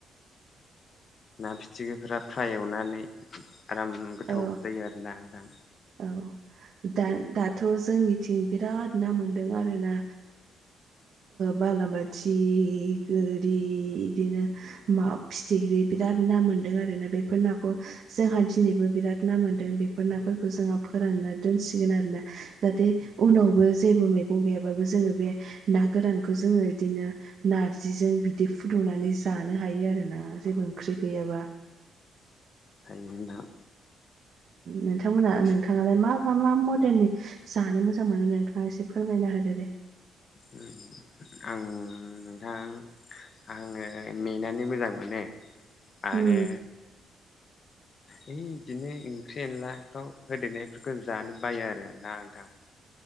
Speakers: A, on the left (about 45°); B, on the right (about 60°).
A: ना फिथिख्रि फ्राय एवनानै आराम गोथाव
B: औ
A: जायो आरोना नोंथां
B: औ दा दाथ' जोंनिथिं बिराद ना मोनदों आरो ना बालाबाथि गोरि बिदिनो मा फिथिख्रि बिराद ना मोनदों आरोना बेफोर नाखौ जोंहा दिनैबो बिराद ना मोन्दों बेफोर नाफोरखौ जोंहा फोरानना दोनसिगोन आरोना जाहाथे
A: उम
B: उनावबो जेबो मैगं गैयाबाबो जोङो बे ना गोरानखौ जोङो बिदिनो नारजिजों बिदै फुदुंनानै
A: उम
B: जानो हायो आरो ना जेबो ओंख्रि गैयाबा
A: हायो नोंथां
B: नोंथांमोना नोंथाङालाय मा मा मा मडेलनि जानो मोजां मोनो नोंथाङा एसे फोरमाय होदो दे
A: अम <inaudible> आं नोंथां आङो मेनानै मोजां मोनो आरो
B: उम
A: है बिदिनो ओंख्रि एनलाफ्राव होदेरनायफोरखौ जानो बायो आरो ना नोंथां